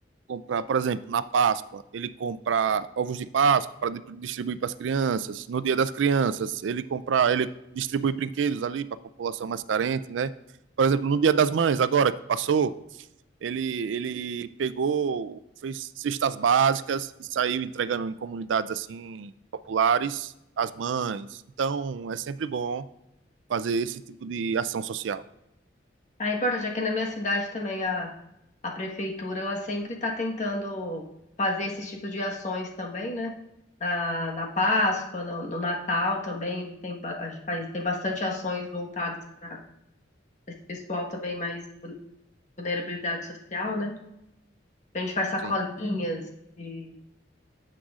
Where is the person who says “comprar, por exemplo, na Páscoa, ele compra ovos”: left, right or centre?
Right